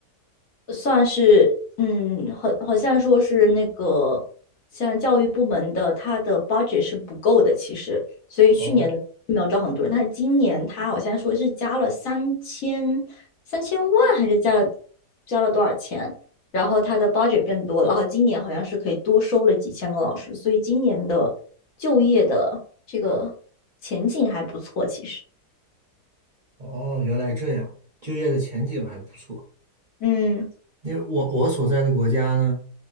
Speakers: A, on the left; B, on the right.
A: 算是嗯，好，好像说是那个像教育部门的，他的 budget 是不够的，其实，所以去年的没有招很多人，
B: 哦。
A: 但是今年他好像说是加了三千三千万，还是加了加了多少钱？然后他的 budget 变多了然后今年好像是可以多收了几千个老师，所以今年的就业的这个前景还不错，其实，
B: 哦，原来这样，就业的前景还不错。
A: 嗯。
B: 因为我我所在的国家呢，